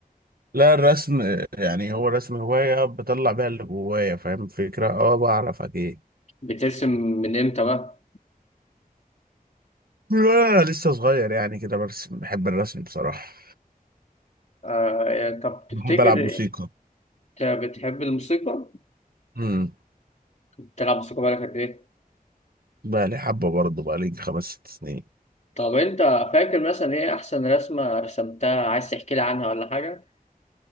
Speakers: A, on the right (about 75°); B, on the left (about 50°).
A: لا الرسم يعني هو الرسم هواية بطلع بيها اللي جوايا فاهم الفكرة اه بعرف اجي
B: بترسم من امتى بقى
A: لا، لسه صغير يعني كده برسم بحب الرسم بصراحة
B: آه طب تفتكر
A: بحب ألعب موسيقى
B: آه، انت بتحب الموسيقى
A: امم
B: بتلعب موسيقى بقالك قد ايه
A: بقى لي حبة برضه بقى لي خمس ست سنين
B: طب انت فاكر مثلا ايه احسن رسمه رسمتها عايز تحكي لي عنها ولا حاجه